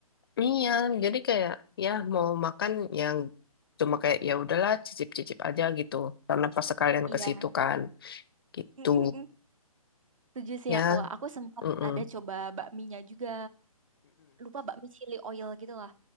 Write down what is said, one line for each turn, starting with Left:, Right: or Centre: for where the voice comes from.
Left: Iya, jadi kayak ya mau makan yang cuma kayak ya udahlah cicip-cicip aja gitu. Karena pas sekalian
Right: Iya.
Left: ke situ kan gitu.
Right: Mm, mm, mm. Setuju sih
Left: Ya,
Right: aku. Aku sempat
Left: mm-mm.
Right: ada coba bakminya juga. lupa bakmi chili oil gitu lah.